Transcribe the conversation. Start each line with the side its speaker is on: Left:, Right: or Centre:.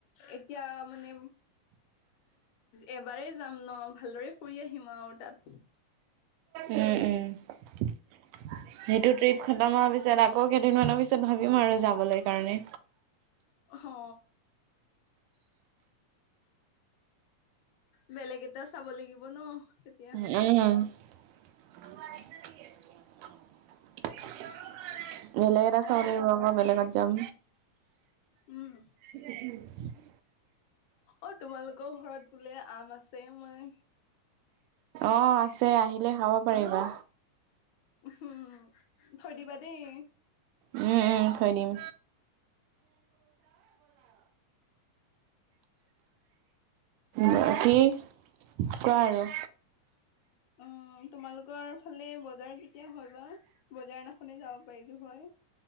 Left: এতিয়া মানে, এবাৰেই- যাম ন ভালদৰে ফুৰি আহিম আৰু তাত।
Right: উম উম, সেইটো ট্ৰিপ খতম হোৱাৰ পিছত আকৌ কেইদিনমানৰ পিছত- ভাবিম আৰু যাবলৈ কাৰণে।
Left: অহ। বেলেগ এটা চাব লাগিব ন তেতিয়া।
Right: উম। <inaudible> বেলেগ এটা চাবলাগিব বেলেগত যাম।
Left: উম।
Right: <inaudible>
Left: অ তোমালোকৰ ঘৰত বোলে আম আছে মই।
Right: অ আছে আহিলে খাব পাৰিবা।
Left: উম, থৈ দিবা দেই।
Right: উম উম থৈ দিম। বাকি কোৱা আৰু।
Left: অহ তোমালোকৰ ফালে বজাৰ কেতিয়া হয় বা? বজাৰ দিনাখনে যাব পাৰিলো হয়।